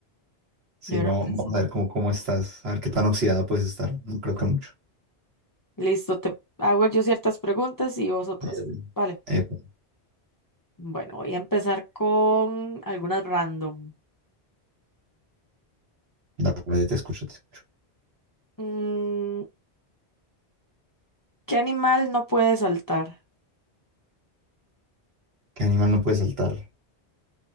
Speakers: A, on the right; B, on the left.
A: Sí,
B: yo era
A: vamos,
B: pésima.
A: vamos a ver cómo, cómo estás, a ver qué tan oxidada puedes estar. No creo que mucho.
B: Listo, te hago yo ciertas preguntas y vos otras.
A: Sí, dale.
B: Vale.
A: Epa,
B: Bueno, voy a empezar con algunas random.
A: dale, te escucho, te escucho.
B: Mm, ¿qué animal no puede saltar?
A: ¿Qué animal no puede saltar?